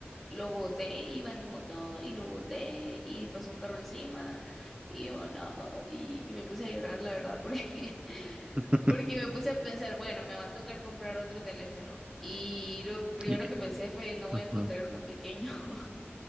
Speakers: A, in the centre; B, on the right.
A: lo boté, iba en moto y lo boté y pasó un carro encima y yo no, y, y me puse a llorar, la verdad, porque, <laughs>
B: <laughs>
A: porque me puse a pensar, bueno, me va a tocar comprar otro teléfono. Y lo primero
B: Y-
A: que pensé fue, no voy
B: ujú.
A: a encontrar uno pequeño. <laughs>